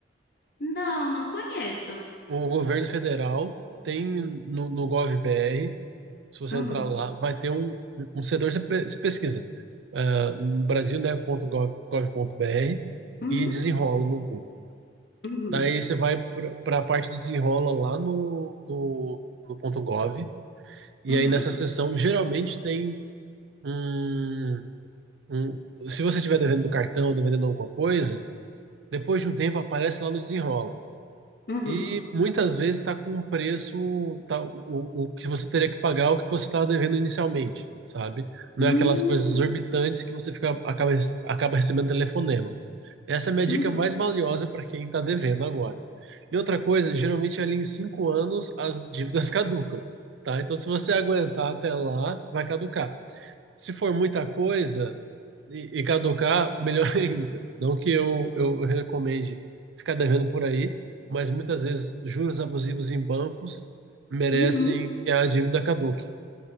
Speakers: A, on the left; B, on the right.
A: Não, não conheço.
B: O governo federal tem no, no gov.br Se você
A: Uhum,
B: entrar lá, vai ter um, um setor, você, pe- você pesquisa ah, no Brasil, né, ponto gov- gov.br
A: uhum,
B: e desenrola no Google.
A: uhum,
B: Daí você vai para a parte do desenrola lá no, no, no ponto .gov e
A: uhum,
B: aí nessa seção geralmente tem um, um- se você estiver devendo do cartão, devendo alguma coisa, depois de um tempo aparece lá no desenrola.
A: uhum,
B: E muitas vezes está com um preço, tá, o, o que você teria que pagar é o que você estava devendo inicialmente, sabe? Não
A: uhum,
B: é aquelas coisas exorbitantes que você fica, acaba, acaba recebendo telefonema. Essa é a minha dica
A: uhum,
B: mais valiosa para quem está devendo agora. E outra coisa, geralmente ali em cinco anos as dívidas <laughs> caducam, tá? Então se você aguentar até lá, vai caducar se for muita coisa e, e caducar, melhor <laughs> ainda. Não que eu, eu recomende ficar devendo por aí, mas muitas vezes juros abusivos em bancos merecem
A: uhum.
B: que a dívida caduque.